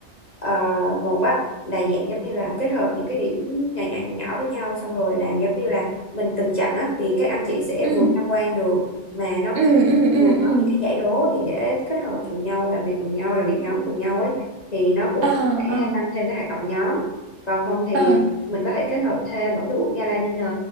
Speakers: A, on the left (about 35°); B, on the right (about 65°).
A: ờ, một á là dạng giống như là kết hợp những cái điểm nhỏ nhỏ nhỏ nhỏ với nhau xong rồi làm giống như là mình từng chặng á thì các anh chị sẽ
B: ừ,
A: vừa tham quan được mà nó
B: ừ,
A: cũng
B: ừ, ừ,
A: vừa
B: ừ,
A: có
B: ừ
A: những cái giải đố thì để kết hợp cùng nhau làm việc cùng nhau làm việc nhóm cùng nhau ấy thì nó cũng
B: à,
A: sẽ
B: à,
A: tăng thêm cái hoạt động nhóm còn không thì
B: à.
A: mình có thể kết hợp thêm ở cái buổi gala dinner